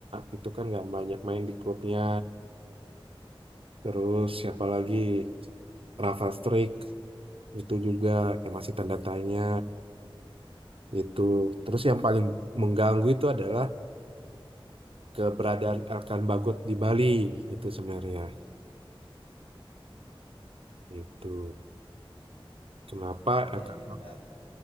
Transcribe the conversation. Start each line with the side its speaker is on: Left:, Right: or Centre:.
Right: itu kan nggak banyak main di klubnya. Terus siapa lagi? Rafa Strik itu juga yang masih tanda tanya itu. Terus yang paling mengganggu itu adalah keberadaan Elkan Bagot di Bali itu sebenarnya itu. Kenapa
Left: Ya
Right: Elkan
Left: ya. eh,